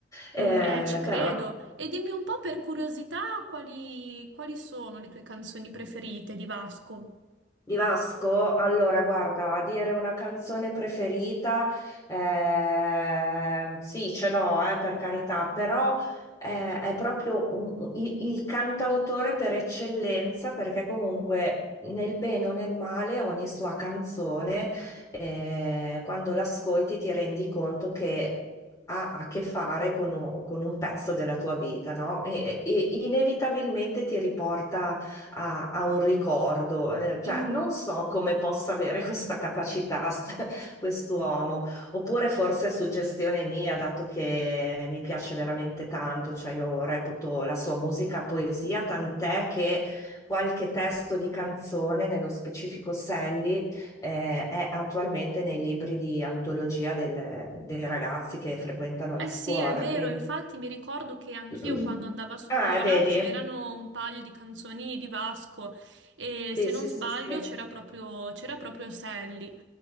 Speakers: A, on the left; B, on the right.
A: Eh,
B: Mm, eh, ci credo.
A: però
B: E dimmi un po' per curiosità quali, quali sono le tue canzoni preferite di Vasco?
A: Di Vasco, allora guarda, a dire una canzone preferita, eh, sì, ce l'ho, eh, per carità, però eh, è proprio un- il, il cantautore per eccellenza perché comunque nel bene o nel male ogni sua canzone, eh, quando l'ascolti ti rendi conto che... ha a che fare con un, con un pezzo della tua vita, no? e e- e inevitabilmente ti riporta a, a un ricordo, eh, cioè
B: Mhm.
A: non so come possa avere <laughs> questa capacità st- <laughs> quest'uomo, oppure forse è suggestione mia, dato che mi piace veramente tanto, cioè io reputo la sua musica poesia, tant'è che qualche testo di canzone, nello specifico Sally, eh, è attualmente nei libri di antologia del- dei ragazzi che frequentano la
B: Eh
A: scuola,
B: sì, è vero,
A: quindi...
B: infatti mi ricordo che anch'io
A: <clears throat>
B: quando andavo a scuola
A: Ah, vedi?
B: c'erano un paio di canzoni di Vasco e
A: Sì,
B: se
A: sì,
B: non sbaglio
A: sì, sì,
B: c'era proprio, c'era proprio Sally.